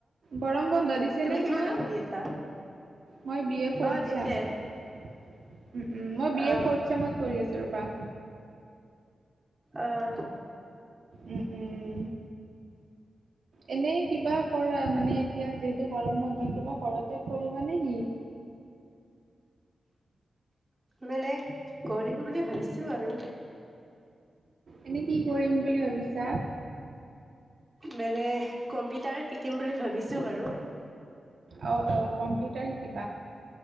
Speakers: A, on the right (about 60°); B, on the right (about 20°).
A: গৰম বন্ধ দিছে
B: তুমি
A: নে তোমাৰ?
B: কিমানত পঢ়ি আছা
A: মই বি এ ফৰ্ট
B: অ দিছে
A: চেম। উম, উম। মই বি
B: অ
A: এ ফৰ্ট চেমত পঢ়ি আছো ৰবা।
B: অহ।
A: উম উম এনেই কিবা কৰা মানে এতিয়া যে গৰম বন্ধ কিবা ঘৰতে কৰিবা নে কি?
B: মানে কৰিম বুলি ভাবিছোঁ আৰু।
A: এনেই কি কৰিম বুলি ভাবিছা?
B: মানে কম্পিউটাৰ শিকিম বুলি ভাবিছোঁ বাৰু।
A: অ, অহ। কম্পিউটাৰ শিকিবা।